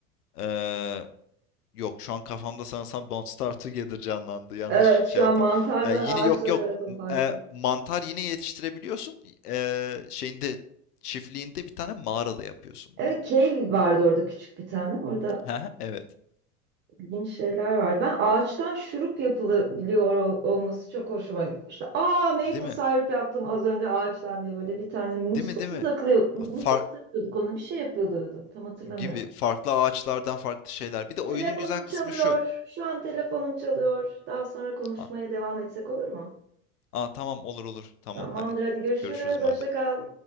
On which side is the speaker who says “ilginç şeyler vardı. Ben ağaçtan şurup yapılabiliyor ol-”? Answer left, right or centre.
Right